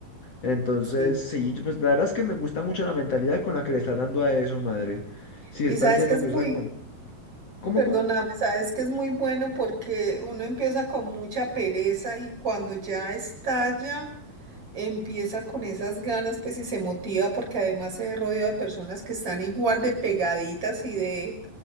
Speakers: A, on the left (about 45°); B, on the right (about 40°).
A: Entonces,
B: Sí,
A: sí, yo, pues la verdad es que me gusta mucho la mentalidad con la que le estás dando a eso, madre. Si
B: y
A: estás
B: sabes
A: yendo
B: que es
A: juiciosa
B: muy,
A: con, ¿Cómo,
B: perdóname,
A: cómo?
B: sabes que es muy bueno porque uno empieza con mucha pereza y cuando ya estalla, empieza con esas ganas, pues y se motiva porque además se rodea de personas que están igual de pegaditas y de,